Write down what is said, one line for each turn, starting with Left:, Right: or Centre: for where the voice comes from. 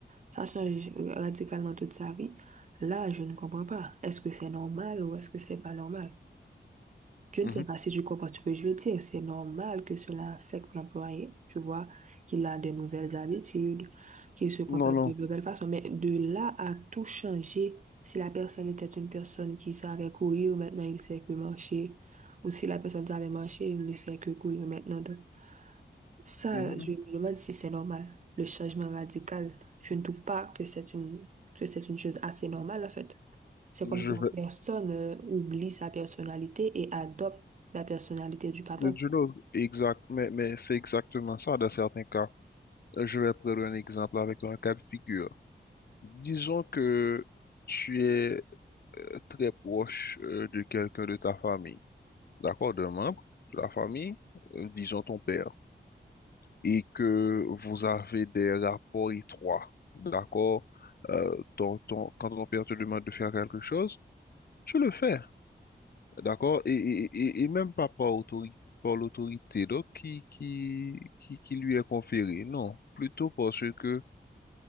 Right: ça change radicalement toute sa vie, là, je ne comprends pas. Est-ce que c'est normal ou est-ce que c'est pas normal? Je
Left: Mhm.
Right: ne sais pas si tu comprends ce que je veux dire. C'est normal que cela affecte l'employé. Tu vois qu'il a de nouvelles habitudes, qu'il se comporte
Left: Non, non.
Right: de nouvelles façons. Mais de là à tout changer, si la personne était une personne qui savait courir, maintenant il sait que marcher. Ou si la personne savait marcher, il ne sait que courir maintenant. Donc, ça,
Left: Mhm.
Right: je me demande si c'est normal. Le changement radical, je ne trouve pas que c'est une, que c'est une chose assez normale, en fait. C'est
Left: mhm.
Right: comme
Left: Je
Right: si
Left: vais,
Right: la personne euh, oublie sa personnalité et adopte la personnalité du patron.
Left: je l'autre. exact, mais, mais c'est exactement ça dans certains cas. Euh, Je vais prendre un exemple avec un cas de figure. Disons que tu es euh, très proche euh, de quelqu'un de ta famille, d'accord, d'un membre de la famille, euh, disons ton père. et que vous avez des rapports étroits, d'accord? Euh, ton- ton- quand ton père te demande de faire quelque chose, tu le fais, d'accord? Et, et- et- et même pas par autorité, par l'autorité donc, qui, qui, qui, qui lui est conférée, non, plutôt parce que